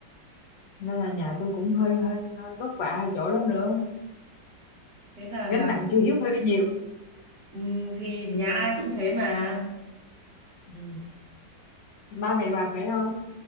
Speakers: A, on the left (about 80°); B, on the right (about 65°).
A: nên là nhà tôi cũng hơi hơi hơi vất vả ở chỗ đó nữa
B: thế là là
A: gánh nặng chữ hiếu hơi nhiều
B: ừ, thì nhà ai cũng thế mà
A: ừ. ba mẹ bà khỏe không